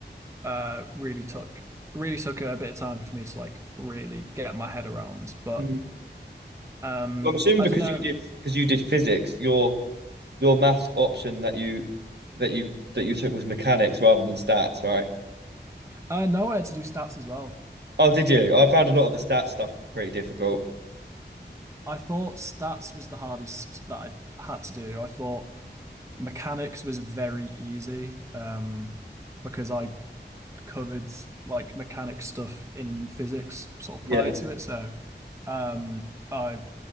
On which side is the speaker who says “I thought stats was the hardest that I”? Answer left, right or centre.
Right